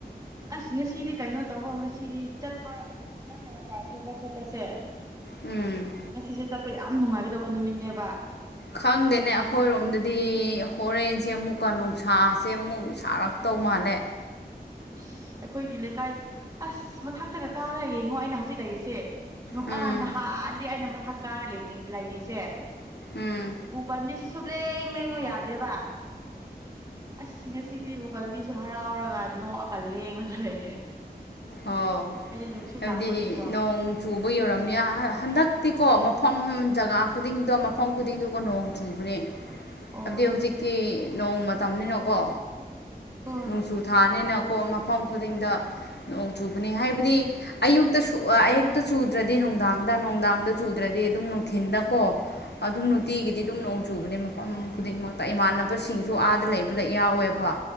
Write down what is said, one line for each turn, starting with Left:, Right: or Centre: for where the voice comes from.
Right: ꯑꯁ ꯉꯁꯤꯗꯤ ꯀꯩꯅꯣ ꯇꯧꯋꯣ ꯉꯁꯤꯗꯤ ꯆꯠꯄ ꯅꯪꯅ ꯃꯄꯥꯟ ꯊꯣꯛꯄ ꯈꯣꯠꯄꯁꯦ
Left: ꯎꯝ
Right: ꯉꯁꯤꯁꯦ ꯆꯠꯄ ꯌꯥꯝ ꯅꯨꯡꯉꯥꯏꯒꯗꯧꯕ ꯅꯨꯃꯤꯠꯅꯦꯕ
Left: ꯈꯪꯗꯦꯅꯦ ꯑꯩꯈꯣꯏꯔꯣꯝꯗꯗꯤ
Right: ꯍꯥꯏꯗꯤ
Left: ꯍꯣꯔꯦꯟꯁꯦ ꯑꯃꯨꯛꯀ ꯅꯨꯡꯁꯤꯠ ꯊꯥꯁꯦ ꯑꯃꯨꯛ ꯁꯥꯔꯛꯇꯧ ꯃꯥꯜꯂꯦ
Right: ꯑꯁ ꯑꯩꯈꯣꯏꯒꯤ ꯂꯩꯀꯥꯏ ꯑꯁ ꯃꯊꯛꯇꯒ ꯀꯥꯔꯒ ꯌꯦꯡꯉꯣ ꯑꯩꯅ ꯍꯧꯖꯤꯛ ꯂꯩꯔꯤꯁꯦ ꯅꯨꯡ
Left: ꯎꯝ
Right: ꯑꯥ ꯅꯍꯥꯟꯗꯤ ꯑꯩꯅ ꯃꯊꯛ ꯀꯥꯔ ꯂꯩꯔꯤꯁꯦ
Left: ꯎꯝ
Right: ꯎ ꯄꯥꯝꯕꯤꯁꯤ ꯁꯨꯞꯂꯦꯡ ꯂꯦꯡꯉꯣ ꯌꯥꯗꯦꯕ ꯑꯁ ꯉꯁꯤꯗꯤ ꯎ ꯄꯟꯕꯤꯁꯨ ꯍꯔꯥꯎꯔꯒ ꯅꯣꯛꯑꯒ ꯂꯦꯡꯉꯒ ꯂꯩꯔꯦ
Left: ꯑꯣꯥꯎ
Right: ꯍꯥꯏꯗꯤ ꯅꯨꯡꯁꯤꯠ
Left: ꯍꯥꯏꯕꯗꯤ
Right: ꯂꯥꯛꯄꯒꯤꯀꯣ
Left: ꯅꯣꯡ ꯆꯨꯕ ꯌꯧꯔꯝꯅꯤ ꯍꯟꯗꯛꯇꯤꯀꯣ ꯃꯐꯝ ꯖꯒꯥ ꯈꯨꯗꯤꯡꯗꯣ ꯃꯐꯝ ꯈꯨꯗꯤꯡꯗꯣꯒꯣ ꯅꯣꯡ ꯆꯨꯕꯅꯦ
Right: ꯑꯣ
Left: ꯍꯥꯏꯕꯗꯤ ꯍꯧꯖꯤꯛꯇꯤ ꯅꯣꯡ ꯃꯇꯝꯅꯤꯅꯀꯣ
Right: ꯍꯣꯏ
Left: ꯅꯣꯡꯖꯨ ꯊꯥꯅꯤꯅꯀꯣ ꯃꯐꯝ ꯈꯨꯗꯤꯡꯗ ꯅꯣꯡ ꯆꯨꯕꯅꯦ ꯍꯥꯏꯕꯗꯤ ꯑꯌꯨꯛꯇ ꯑꯌꯨꯛꯇ ꯆꯨꯗ꯭ꯔꯗꯤ ꯅꯨꯡꯗꯥꯡꯗ ꯅꯨꯡꯗꯥꯡ ꯥꯡꯗ ꯆꯨꯗ꯭ꯔꯗꯤ ꯑꯗꯨꯝ ꯅꯨꯡꯊꯤꯤꯟꯗꯀꯣ ꯑꯗꯨꯝ ꯅꯨꯡꯇꯤꯒꯤꯗꯤ ꯑꯗꯨꯝ ꯅꯣꯡ ꯆꯨꯕꯅꯦ ꯃꯐꯝ ꯈꯨꯗꯤꯡꯃꯛꯇ ꯏꯃꯥꯟꯅꯕꯁꯤꯡꯁꯨ ꯑꯥꯗ ꯂꯩꯕꯗ ꯌꯥꯎꯋꯦꯕ